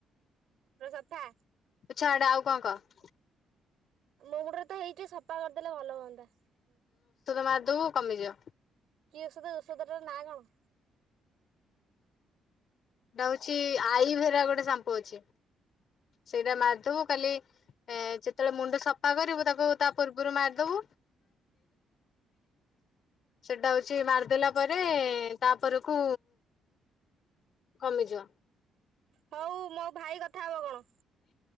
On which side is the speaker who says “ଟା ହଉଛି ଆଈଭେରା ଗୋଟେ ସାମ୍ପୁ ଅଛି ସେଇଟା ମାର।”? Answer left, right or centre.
Left